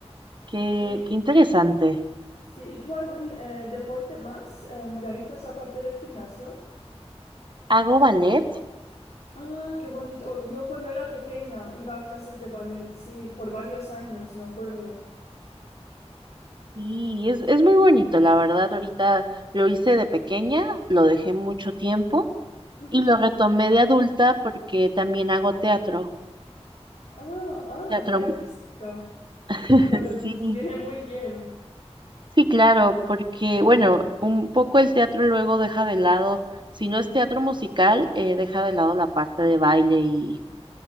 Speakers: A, on the right; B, on the left.
A: Qué,
B: Y,
A: qué interesante.
B: sí, ¿y tú algún eh, deporte más em, realizas aparte del gimnasio?
A: Hago ballet
B: Ah, qué bonito. Yo cuando era pequeña iba a clases de ballet, sí, por varios años, me acuerdo.
A: y es, es muy bonito, la verdad. Ahorita lo hice de pequeña, lo dejé mucho tiempo
B: Ujú.
A: y lo retomé de adulta porque también hago teatro.
B: Ah,
A: Teatro,
B: ah, qué artística.
A: <laughs>
B: Claro, entonces
A: sí,
B: viene muy bien.
A: sí, claro, porque bueno, un poco el teatro luego deja de lado, si no es teatro musical, eh, deja de lado la parte de baile y,